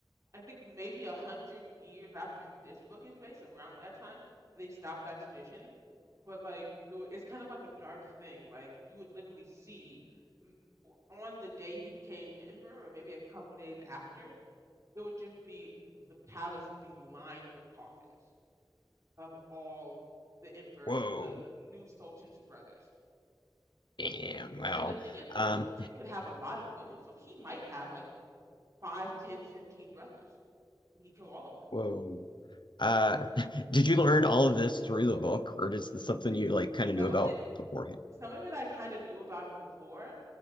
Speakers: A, on the right; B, on the left.
A: I think maybe a hundred years after this book is based, around that time, they stopped that tradition. But like, though it's kind of like a dark thing. Like you would literally see m- o- on the day he became emperor, or maybe a couple days after, it would just be the palace would be lined with coffins of all the emperor,
B: Whoa.
A: the new Sultan's brothers.
B: Damn. Wow.
A: And the thing is,
B: Um,
A: the Sultan could have a lot of women, so he might have like five, ten, fifteen brothers, and he'd kill all of them.
B: whoa. Uh, <laughs> did you learn all of this through the book, or is this something you like kind of
A: Some
B: knew
A: of
B: about
A: it
B: beforehand? <laughs>
A: Some of it I kind of knew about before